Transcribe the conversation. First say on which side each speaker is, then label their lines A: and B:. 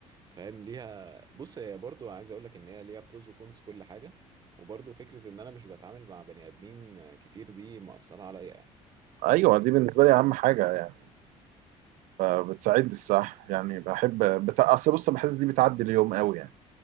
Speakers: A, on the right; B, on the right.
A: فاهم ليها بص هي برضو عايز اقول لك ان هي ليها بروز وكونز كل حاجه وبرضو فكره ان انا مش بتعامل مع بني ادمين كتير دي مأثره عليا يعني
B: ايوه دي بالنسبه لي اهم حاجه يعني بتساعدني الصح يعني بحب بتا... اصل بص بحس دي بتعدي اليوم قوي يعني